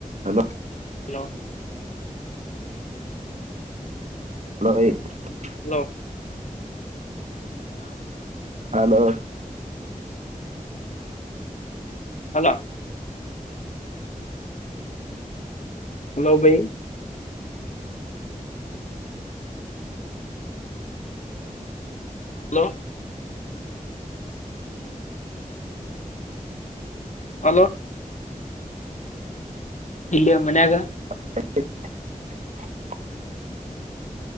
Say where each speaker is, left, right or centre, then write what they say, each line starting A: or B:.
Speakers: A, on the right (about 55°); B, on the left (about 55°).
A: ಹಲೋ,
B: ಹಲೋ,
A: ಹಲೇ <unintelligible>
B: ನ <unintelligible>
A: ಹಲೋ,,
B: ಅಲ್ಲ <unintelligible> ಹಲೋ, ಭೈ- ಹಲೋ,, ಹಲೋ, - ಇಲ್ಲೆಯ ಮನ್ಯಾಗ.
A: ಹ <inaudible>